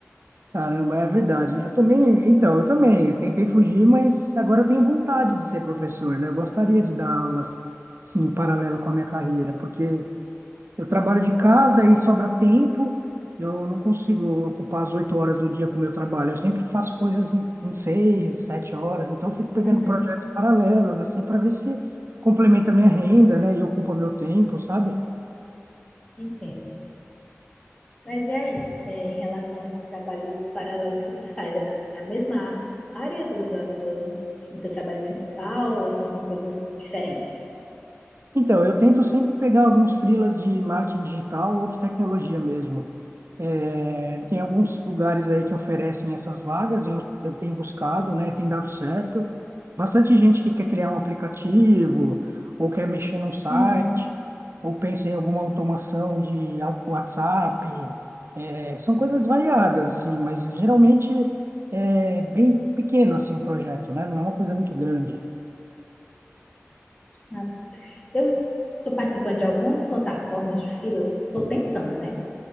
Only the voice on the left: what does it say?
Uhum.
<laughs> Entendo. Mas e aí, é, em relação a esses trabalhos paralelos que tu faz, é na na mesma área do, da tua, do teu trabalho principal ou são coisas diferentes?
Uhum.
Massa. Eu estou participando de algumas plataformas de filas, estou tentando, né?